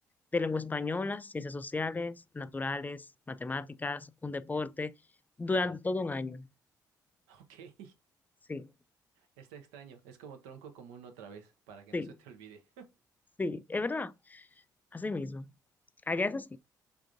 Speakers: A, on the left; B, on the right.
A: de lengua española, ciencias sociales, naturales, matemáticas, un deporte, durante
B: ajá,
A: todo un año.
B: <laughs> ok,
A: Sí,
B: está extraño, es como tronco común otra vez, para que
A: sí,
B: no se te olvide.
A: sí, es verdad, así mismo. Allá es así.